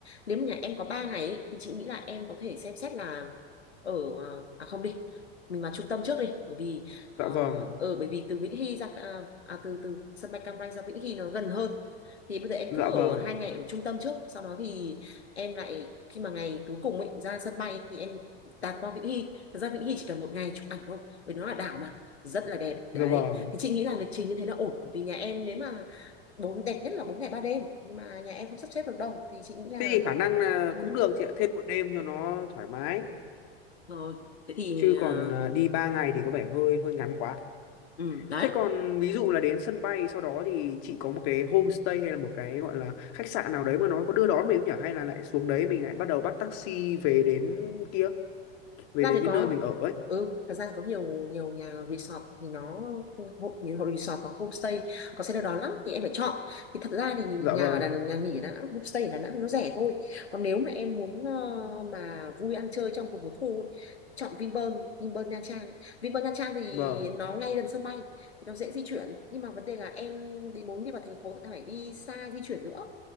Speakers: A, on the left; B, on the left.
A: nếu mà nhà em có 3 ngày ấy, thì chị nghĩ là em có thể xem xét là ở à à, không đi mình vào trung tâm trước đi bởi vì ờ,
B: Dạ vâng,
A: ở bởi vì từ Vĩnh Hy ra à, à, từ từ sân bay Cam Ranh ra Vĩnh Hy nó gần hơn thì bây giờ em
B: dạ
A: cứ ở
B: vâng,
A: hai ngày ở trung tâm trước sau đó thì em lại khi mà ngày cuối cùng ấy, ra sân bay thì em tạt qua Vĩnh Hy Thật ra Vĩnh Hy chỉ cần một ngày chụp ảnh thôi vì nó là đảo mà rất là đẹp đấy
B: dạ vâng.
A: thì chị nghĩ là lịch trình như thế là ổn Bởi vì nhà em nếu mà bốn đẹp nhất là bốn ngày ba đêm nhưng mà nhà em không sắp xếp được đâu thì chị nghĩ là
B: Thế thì khả năng là
A: ừ,
B: cũng được chị ạ, thêm một đêm cho nó thoải mái.
A: rồi thế thì
B: Chứ
A: ờ,
B: còn ờ, đi 3 ngày thì có vẻ hơi hơi ngắn quá.
A: ừ, đấy
B: Thế còn ví dụ là đến sân bay sau đó thì chị có một cái homestay hay là một cái gọi là khách sạn nào đấy mà nó có đưa đón mình không nhỉ? Hay là lại xuống đấy mình lại bắt đầu bắt taxi về đến kia, về
A: ra
B: đến
A: thì
B: cái
A: có
B: nơi mình ở ấy.
A: ừ thật ra thì có nhiều nhiều nhà resort thì nó hộ nhiều resort và homestay có xe đưa đón lắm thì em phải chọn thì thật ra thì nhà
B: Dạ vâng,
A: ở Đà Nẵng nhà nghỉ ở Đà Nẵng homestay ở Đà Nẵng nó rẻ thôi còn nếu mà em muốn ờ, mà vui ăn chơi trong cùng một khu ấy, chọn Vinpearl Vinpearl Nha Trang ấy. Vinpearl Nha Trang thì
B: vâng.
A: nó ngay gần sân bay thì nó dễ di chuyển nhưng mà vấn đề là em đi muốn đi vào thành phố thì phải đi xa di chuyển nữa